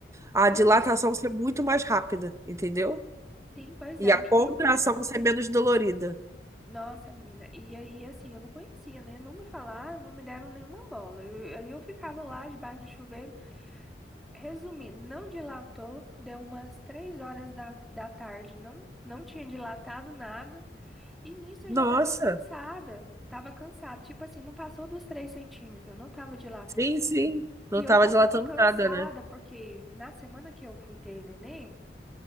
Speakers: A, on the right; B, in the centre.
A: a
B: pois
A: dilatação
B: é.
A: ser muito mais rápida, entendeu?
B: Sim, pois
A: E
B: é.
A: a
B: E
A: contração
B: eu não.
A: ser menos dolorida.
B: Nossa, menina. E aí, assim, eu não conhecia, né? Não me falaram, não me deram nenhuma bola. Eu- aí eu ficava lá debaixo do chuveiro. Resumindo, não dilatou, deu umas três horas da, da tarde, não, não tinha dilatado nada. E nisso eu
A: Nossa!
B: já tava cansada. Tava cansada. Tipo assim, não passou dos três centímetros, não tava dilatando.
A: Sim, sim. Não
B: E eu
A: tava
B: já
A: dilatando
B: tava cansada,
A: nada, né?
B: porque na semana que eu fui ter neném.